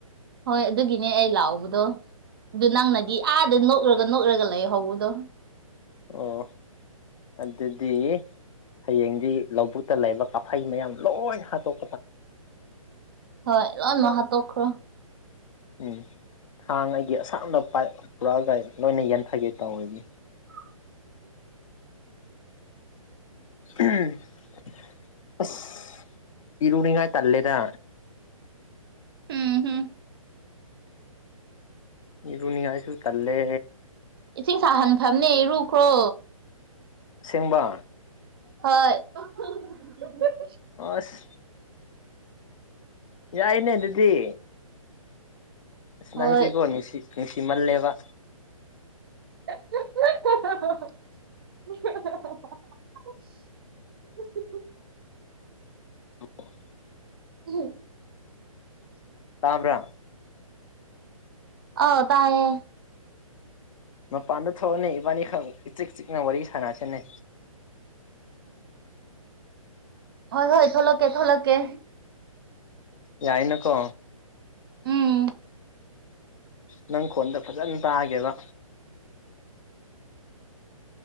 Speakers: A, on the right; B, on the left.
A: ꯍꯣꯏ ꯑꯗꯨꯒꯤꯅꯦ ꯑꯩ ꯂꯥꯎꯕꯗꯣ꯫ ꯑꯗꯨ ꯅꯪꯅꯗꯤ ꯑꯥꯗ ꯅꯣꯛꯂꯒ ꯅꯣꯛꯂꯒ ꯂꯩꯍꯧꯕꯗꯣ꯫
B: ꯑꯣ꯫ ꯑꯗꯨꯗꯤ ꯍꯌꯦꯡꯗꯤ ꯂꯧꯕꯨꯛꯇ ꯂꯩꯕ ꯀꯥꯐꯩ ꯃꯌꯥꯝ ꯂꯣꯏ ꯍꯥꯠꯇꯣꯛ
A: ꯍꯣꯏ ꯂꯣꯏꯃꯛ ꯍꯥꯠꯇꯣꯛꯈ꯭ꯔꯣ꯫
B: ꯎꯝ ꯊꯥꯡ ꯑꯩꯒꯤ ꯑꯁꯥꯡꯅ ꯄꯥꯏꯞ ꯄꯨꯔꯛꯑꯒ ꯂꯣꯏꯅ ꯌꯥꯟꯊꯒꯦ ꯇꯧꯔꯤꯝꯅꯤ꯫
A: <unintelligible>
B: <unintelligible> ꯑꯁ꯫ ꯏꯔꯨꯅꯤꯉꯥꯏ ꯇꯜꯂꯦꯗ꯫
A: ꯎꯝ ꯍꯨꯝ
B: ꯏꯔꯨꯅꯤꯉꯥꯏꯁꯨ ꯇꯜꯂꯦ꯫
A: ꯏꯁꯤꯡ ꯁꯥꯍꯟꯈ꯭ꯔꯝꯅꯦ ꯏꯔꯨꯈ꯭ꯔꯣ꯫
B: ꯑꯁꯦꯡꯕ꯫
A: ꯍꯣꯏ <unintelligible>
B: ꯑꯁ ꯌꯥꯏꯅꯦ ꯑꯗꯨꯗꯤ꯫ ꯑꯁ
A: ꯍꯣꯏ
B: ꯅꯪꯁꯤꯀꯣ ꯅꯨꯡꯁꯤ ꯅꯨꯡꯁꯤꯃꯜꯂꯦꯕ꯫
A: <unintelligible> <unintelligible>
B: <unintelligible>
A: <unintelligible>
B: ꯇꯥꯕ꯭ꯔꯥ꯫
A: ꯑ ꯇꯥꯏꯌꯦ꯫
B: ꯃꯄꯥꯟꯗ ꯊꯣꯛꯑꯣꯅꯦ ꯏꯕꯥꯅꯤꯈꯛ ꯏꯆꯤꯛ ꯆꯤꯛꯅ ꯋꯥꯔꯤ ꯁꯥꯟꯅꯁꯤꯅꯦ꯫
A: ꯍꯣꯏ ꯍꯣꯏ ꯊꯣꯛꯂꯛꯀꯦ ꯊꯣꯛꯂꯛꯀꯦ꯫
B: ꯌꯥꯏꯅ ꯀꯣ꯫
A: ꯎꯝ
B: ꯅꯪ ꯈꯣꯟꯗꯣ ꯐꯖꯅ ꯇꯥꯒꯦꯕ꯫